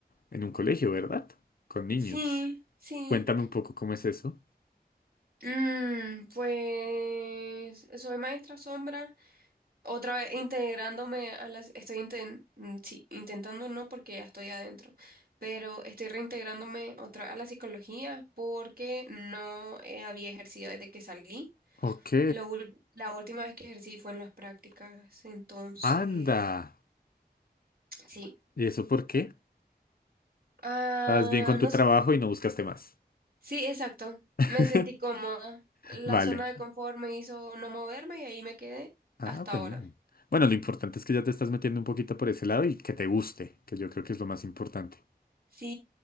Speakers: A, on the left (about 60°); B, on the right (about 60°).
A: en un colegio, ¿verdad? Con niños.
B: Sí, sí.
A: Cuéntame un poco cómo es eso.
B: Mm, pues soy maestra sombra, otra vez integrándome a las, estoy inten- mm, sí, intentando no porque ya estoy adentro, pero estoy reintegrándome otra a la psicología porque no eh, había ejercido desde que salí.
A: Ok,
B: Lo ul- la última vez que ejercí fue en las prácticas, entonces,
A: anda.
B: sí.
A: ¿Y eso por qué?
B: Ah,
A: ¿Estás bien con tu
B: no
A: trabajo
B: sé.
A: y no buscaste más?
B: Sí, exacto.
A: <laughs>
B: Me sentí cómoda. La
A: Vale.
B: zona de confort me hizo no moverme y ahí me quedé
A: Ah,
B: hasta
A: bueno.
B: ahora.
A: Bueno, lo importante es que ya te estás metiendo un poquito por ese lado y que te guste, que yo creo que es lo más importante.
B: Sí.